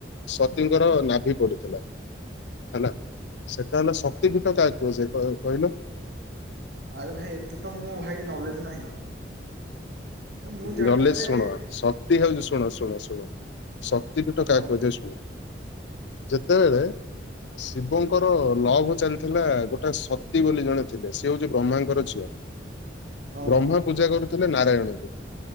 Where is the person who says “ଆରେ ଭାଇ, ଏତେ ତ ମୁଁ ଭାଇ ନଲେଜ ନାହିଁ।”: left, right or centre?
Right